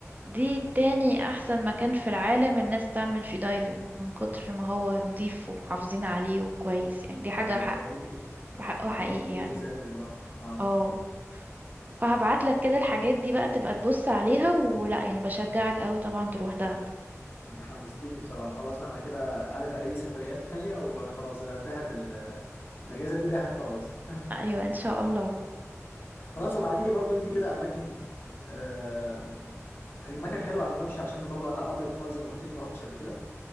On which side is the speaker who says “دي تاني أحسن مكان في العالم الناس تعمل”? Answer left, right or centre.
Right